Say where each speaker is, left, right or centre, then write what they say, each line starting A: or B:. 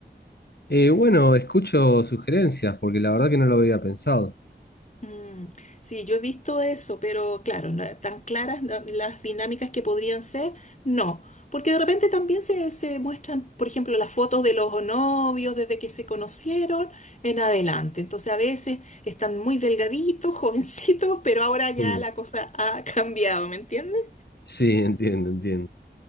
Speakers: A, on the left (about 65°); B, on the left (about 40°).
A: Eh, bueno, escucho sugerencias porque la verdad que no lo había pensado.
B: Mm, sí, yo he visto eso, pero claro, no- tan claras no- las dinámicas que podrían ser, no. Porque de repente también se, se muestran, por ejemplo, las fotos de los novios desde que se conocieron en adelante. Entonces a veces están muy delgaditos, <laughs> jovencitos, pero ahora ya
A: Mm.
B: la cosa ha cambiado, ¿me entiendes?
A: Sí, entiendo, entiendo.